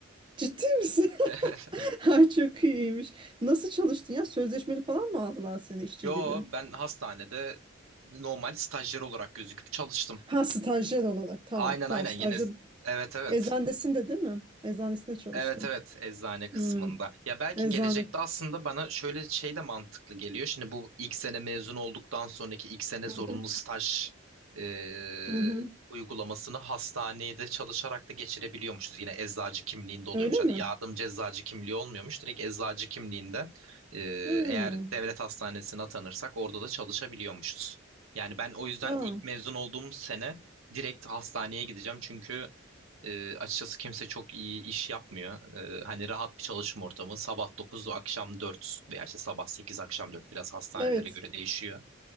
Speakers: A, on the right; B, on the right.
A: Ciddi misin?
B: <laughs>
A: <laughs> Ay çok iyiymiş. Nasıl çalıştın ya? Sözleşmeli falan mı aldılar seni işçi
B: Yo
A: gibi?
B: ben hastanede normal stajyer olarak gözüküp çalıştım.
A: Ha stajyer olarak. Tamam
B: Aynen
A: tamam
B: aynen
A: stajyer.
B: yine evet evet.
A: Eczanesinde değil mi? Eczanesinde çalıştın.
B: Evet evet eczane kısmında.
A: Hmm,
B: Ya belki
A: eczane.
B: gelecekte aslında bana şöyle şey de mantıklı geliyor. Şimdi bu ilk sene mezun olduktan sonraki ilk sene zorunlu
A: Hı hı,
B: staj e,
A: hı hı.
B: uygulamasını hastanede çalışarak da geçirebiliyormuşuz. Yine eczacı kimliğinde oluyormuş.
A: Öyle mi?
B: Hani yardımcı eczacı kimliği olmuyormuş. Direkt eczacı kimliğinde e,
A: Hmm.
B: eğer devlet hastanesine atanırsak orada da çalışabiliyormuşuz. Yani ben o yüzden
A: Aa,
B: ilk mezun olduğum sene direkt hastaneye gideceğim. Çünkü e, açıkçası kimse çok iyi iş yapmıyor. E, hani rahat bir çalışma ortamı. Sabah 9, akşam dört veya işte sabah 8, akşam 4. biraz hastanelere
A: evet.
B: göre değişiyor.